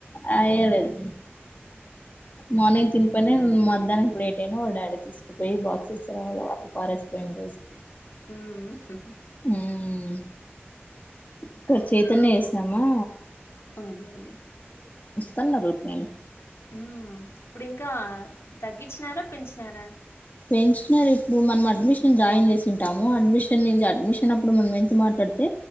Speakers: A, on the left (about 40°); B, on the left (about 85°).
A: ఆ ఏయ లేదు. మార్నింగ్ తిన్ పోయినై మధ్యాహ్ననికి లేట్ అయినా వాళ్ళ డాడీ తీసుకుపోయి బాక్సెస్ రావాల వాటిని పారేసిపోయిన రోజు
B: మ్
A: ఉమ్. ఇక్కడ చైతనే యేసినామా
B: అవున్లెండి.
A: తన్న రూత్పిన్
B: ఉ ఇప్పుడు ఇంకా తగ్గించినారా, పెంచినారా?
A: పెంచినారు ఇప్పుడు మనం అడ్మిషన్ జాయిన్ చేసింటాము. అడ్మిషన్ న్ని అడ్మిషన్ అప్పుడు మనం ఎంత మాట డితే